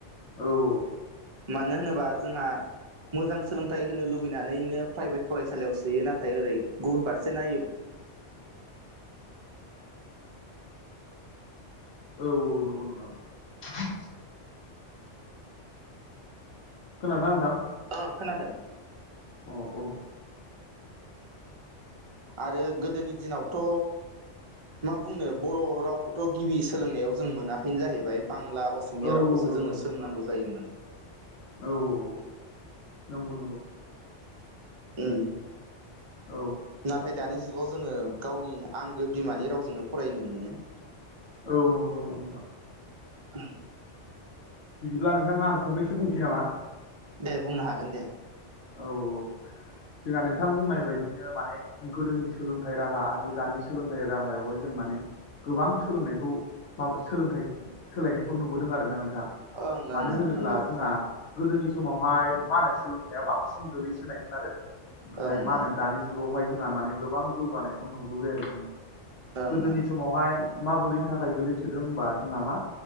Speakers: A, on the left; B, on the right.
A: औ
B: मानो होनोबा जोंहा मोजां सोलोंथाइ होनो लुगैना नैनो प्राइभेट फरायसालियाव सोयो नाथाय ओरै गुबुन फारसे नायो
A: औ औ नंगौ नोंथां। खोनादोंना नोंथां?
B: अ खोनादों।
A: औ औ
B: आरो गोदोनि दिनावथ' मा बुंनो बर' रावखौथ' गिबि सोलोंनायाव जों मोनाखैनो जाहैबाय बांला असमिया
A: औ
B: रावखौसो
A: औ नंगौ
B: जोङो
A: नंगौ नोंथां
B: सोलोंनांगौ जायोमोन।
A: औ औ नंगौ नंगौ।
B: उम
A: औ
B: नाथाय दानि जुगाव जोङो गावनि आंगो बिमानि रावजोंनो फरायनो मोनो।
A: औ नंगौ नंगौ नोंथां
B: <inaudible>
A: बिदिब्ला नोंथाङा आं फंनैसो बुंनोसै नामा?
B: दे बुंनो हागोन दे।
A: औ औ जोंहा नोंथां बुंनाय बायदिनो माने गोदोनि सोलोंथाइ राहा आरो दानि सोलोंथाइ राहायावहाय जों माने गोबां सोलोंनायखौ मा सोलोंथाय सोलायनायखौ नुबोदों आरोना नोंथां।
B: ओं
A: मानो
B: ओं ओं
A: होनोब्ला
B: नंगौ
A: जोंहा गोदोनि समावहाय मा होनो सोलोंथाइआ बांसिन गोग्लैसोनायमोन आरो ओमफ्राय
B: ओं
A: मा
B: ओं
A: होनो दानि जुगावहाय जोंहा माने गोबां जौगानायखौ नुबोबाय आरो जोङो
B: ओं
A: गोदोनि
B: ओं
A: समावहाय माबोरैनि थाखाय गोगलैसोदों होनबा जोंहा मा